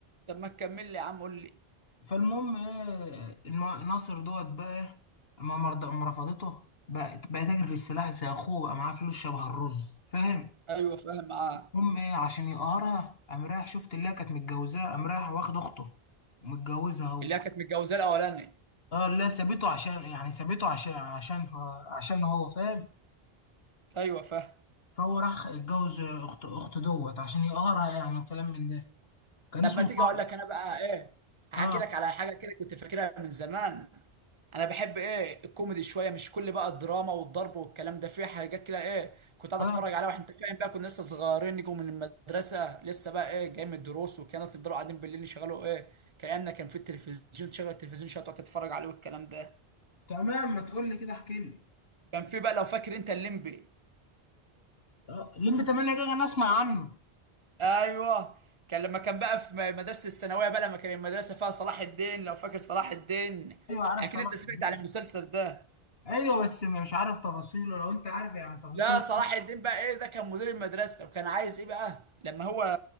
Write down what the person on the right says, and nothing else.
طب ما تكمل لي يا عم قول لي
ايوه فاهم اه
اللي هي كانت متجوزاه الاولاني
ايوه فاهم
طب
ما تيجي
اقول لك انا بقى ايه هحكي
لك على حاجه كده كنت فاكرها من زمان انا بحب ايه الكوميدي شويه مش كل بقى الدراما والضرب والكلام ده في حاجات كده ايه كنت قاعد
اتفرج عليها واحنا انت فاهم بقى كنا لسه صغيرين نجوا من المدرسه لسه بقى ايه جاي من الدروس وكانت نفضلوا قاعدين بالليل نشغلوا ايه كلامنا كان في التلفزيون تشغل التلفزيون شويه تقعد تتفرج عليه والكلام ده
كان في بقى لو فاكر انت الليمبي
ايوه كان لما كان بقى في مدرسه الثانويه بقى لما كان المدرسه فيها صلاح الدين لو فاكر صلاح الدين
اكيد
انت سمعت
على المسلسل ده
لا صلاح الدين بقى ايه ده كان مدير المدرسه وكان عايز ايه بقى لما هو